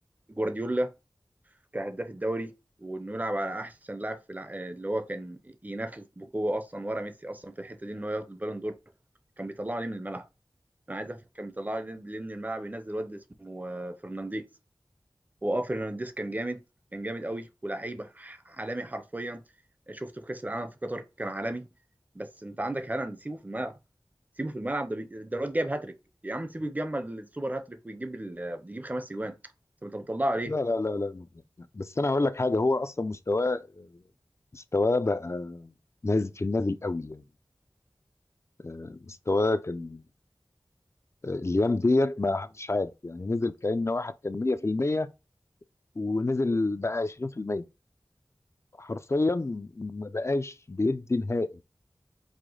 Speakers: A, on the right (about 20°); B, on the left (about 35°).
A: جوارديولا كهداف الدوري وإنه يلعب على أحسن لاعب في الع... اللي هو كان ينافس بقوة أصلا ورا ميسي أصلا في الحتة دي إن هو ياخد البالون دور كان بيطلعه ليه من الملعب أنا عايز أفهم كان بيطلعه ليه ليه من الملعب ينزل واد اسمه آه، فرنانديز واه فرنانديز كان جامد كان جامد قوي ولعيب ح- عالمي حرفيا شفته في كاس العالم في قطر كان عالمي بس انت عندك هالاند سيبه في الملعب سيبه في الملعب ده بي- ده الواد جايب هاتريك يا عم سيبه يتجمل السوبر هاتريك ويجيب ال... يجيب خمس اجوان طب انت بتطلعه ليه؟
B: لا لا لا لا لا- لا. بس انا هقول لك حاجه هو اصلا مستواه مستواه بقى نازل في النازل قوي يعني آه، مستواه كان آه، الايام ديت ما حدش عارف يعني نزل كأن واحد كان 100% ونزل بقى 20% حرفيا ما بقاش بيدي نهائي